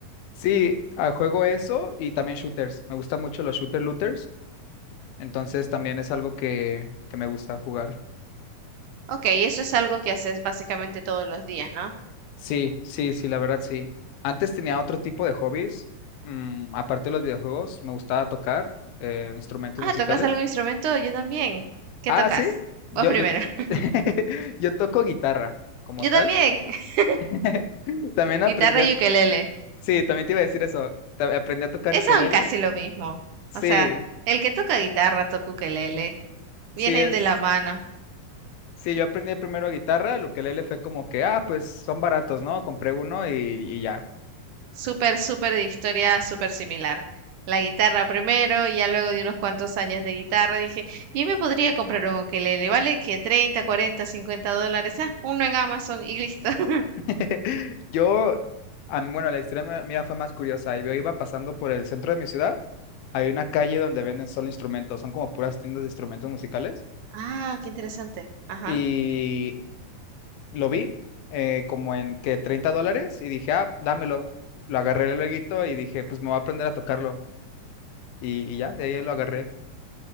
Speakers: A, on the left (about 85°); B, on the right (about 70°).
A: Sí, ah, juego eso y también shooters. Me gustan mucho los shooter looters. Entonces también es algo que, que me gusta jugar.
B: Ok, eso es algo que haces básicamente todos los días, ¿no?
A: Sí, sí, sí, la verdad sí. Antes tenía otro tipo de hobbies. mm, aparte de los videojuegos, me gustaba tocar eh, instrumentos
B: Ah,
A: musicales.
B: ¿tocas algún instrumento? Yo también. ¿Qué
A: Ah,
B: tocas?
A: sí, yo,
B: Vos primero.
A: yo,
B: <laughs>
A: <laughs> yo toco guitarra como
B: Yo
A: tal.
B: también. <laughs>
A: <laughs> También aprendí
B: Guitarra
A: a...
B: y ukelele.
A: Sí, también te iba a decir eso. ta- Aprendí a tocar
B: Es
A: ukelele.
B: aún casi lo mismo.
A: Sí,
B: O sea, el que toca guitarra toca ukelele. Vienen
A: sí es...
B: de la mano.
A: Sí, yo aprendí primero guitarra. El ukelele fue como que, ah, pues son baratos, ¿no? Compré uno y, y ya.
B: Súper, súper de historia, súper similar. La guitarra primero y ya luego de unos cuantos años de guitarra dije, bien me podría comprar un ukelele. ¿Vale que 30 40 50 dólares? Ah, uno en Amazon y listo. <laughs>
A: <laughs> Yo, a mí, bueno, la historia mía mía fue más curiosa. Yo iba pasando por el centro de mi ciudad. Hay una calle donde venden solo instrumentos, son como puras tiendas de instrumentos musicales.
B: Ah, qué interesante. Ajá.
A: Y lo vi eh, como en que 30 dólares y dije, ah, dámelo. Lo agarré luego y dije, pues me voy a aprender a tocarlo. Y, y ya, de ahí lo agarré.